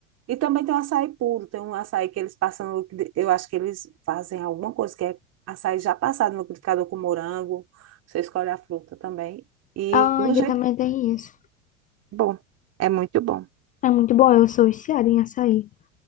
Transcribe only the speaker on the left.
Ah,
aqui
também
tem isso.
É muito bom, eu sou viciada em açaí.